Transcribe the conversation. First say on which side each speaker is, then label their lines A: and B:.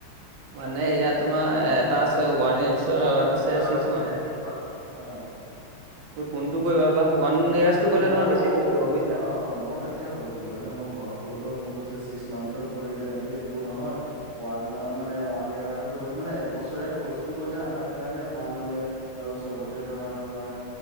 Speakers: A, on the right (about 80°); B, on the right (about 55°).
A: মানে ইয়াত তোমাৰ এটা আছে ওৱান ইয়েৰচ আৰু
B: তাৰপিছত
A: এটা আছে চিক্স
B: আছে
A: মান্থ।
B: ছিক্স অ,
A: ত' কোনটো কৰিবা বা ওৱান ইয়েৰচটো তোমাৰ
B: মই
A: কৰিলে
B: মই
A: বেছি প্ৰফিট হ'ব বুইছা।
B: অ', অ', ময়ো তাকে তাকে ভাবিছোঁ মানে মই ঘৰত সোধোতেও মোক কৈছে ছিক্স মান্থৰ কৰি তেনেকে একো নহয় ওৱান মানে ওৱান ইয়েৰটো কৰিলে মানে এক বছৰীয়া কৰ্চটো কৰিলে আমাৰ কাৰণে ভাল বোলে। আৰু চবতে ধৰা তোমাৰ